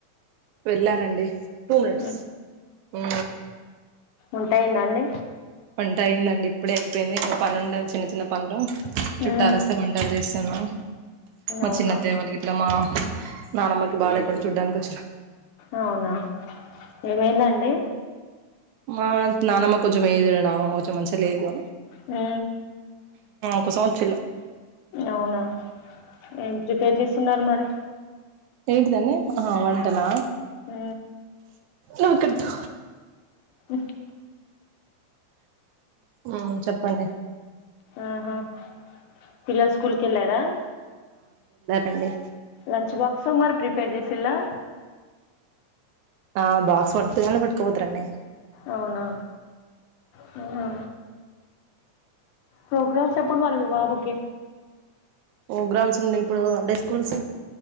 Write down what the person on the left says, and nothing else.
ఉహు
వంట అయ్యిందాఅండి
ఉమ్
అవునా
అవునా ఏమైందండి
హ
అవునా ఏం ప్రిపేర్ చేస్తున్నారు మరి
హ
ఆ
ఆహా పిల్లలు స్కూల్కి వెళ్ళారా
లంచ్ బాక్స్ మరి ప్రిపేర్ చేస్త సిలా
అవునా హుహు ప్రోగ్రామ్స్ ఎప్పుడు మరీ మీ బాబుకి